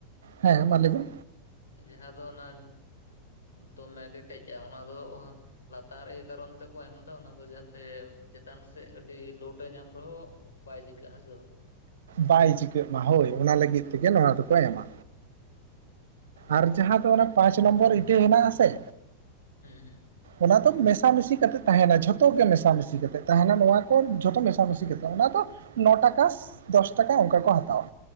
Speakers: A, on the right; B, on the left.
A: ᱦᱮᱸ ᱢᱟ ᱞᱟᱹᱭᱵᱮᱱ?
B: ᱡᱟᱦᱟᱸ ᱫᱚ ᱚᱱᱟ ᱫᱚᱢᱮ ᱠᱮᱴᱮᱡᱼᱟ ᱚᱱᱟ ᱫᱚᱼᱼ ᱞᱟᱛᱟᱨ ᱮᱭ ᱠᱟᱨᱚᱱ ᱛᱮᱠᱚ ᱮᱢ ᱮᱫᱟ ᱚᱱᱟ ᱫᱚ ᱡᱟᱛᱮ ᱪᱮᱛᱟᱱ ᱥᱮᱫ ᱟᱹᱰᱤ ᱞᱳᱰ ᱮ ᱧᱟᱢ ᱨᱮᱦᱚᱸᱼᱼ ᱵᱟᱭ ᱪᱤᱠᱟᱹᱼᱟ ᱦᱮᱹᱥᱮ ᱵᱟᱝ?
A: ᱵᱟᱭ ᱪᱤᱠᱟᱹᱜ ᱢᱟ ᱦᱳᱭ ᱚᱱᱟ ᱞᱟᱹᱜᱤᱫ ᱛᱮᱜᱮ ᱱᱚᱣᱟ
B: ᱟᱪᱪᱷᱟ
A: ᱫᱚᱠᱚ ᱮᱢᱟ᱾
B: ᱟᱪᱪᱷᱟ,
A: ᱟᱨ ᱡᱟᱦᱟᱸ ᱫᱚ ᱚᱱᱮ ᱯᱟᱸᱪ ᱱᱚᱢᱵᱚᱨ ᱤᱴᱟᱹ ᱦᱮᱱᱟᱜ ᱟᱥᱮᱼᱼ
B: ᱦᱩᱸ ᱦᱩᱸ
A: ᱚᱱᱟ ᱫᱚ ᱢᱮᱥᱟᱢᱤᱥᱤ ᱠᱟᱛᱮ ᱛᱟᱦᱮᱱᱟ ᱡᱷᱚᱛᱚ ᱜᱮ ᱢᱮᱥᱟᱢᱤᱥᱤ ᱠᱟᱛᱮ ᱛᱟᱦᱮᱱᱟ ᱱᱚᱣᱟ ᱠᱚ ᱡᱷᱚᱛᱚ ᱢᱮᱥᱟ ᱢᱤᱥᱤ ᱠᱟᱛᱮ ᱚᱱᱟ ᱫᱚ ᱱᱚ ᱴᱟᱠᱟ ᱫᱚᱥ ᱴᱟᱠᱟ ᱚᱱᱠᱟ ᱠᱚ ᱦᱟᱛᱟᱣᱟ᱾